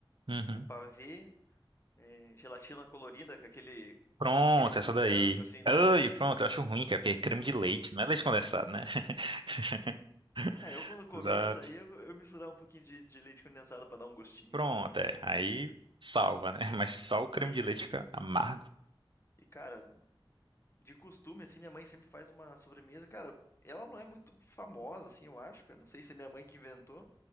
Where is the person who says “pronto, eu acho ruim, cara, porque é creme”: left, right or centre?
Right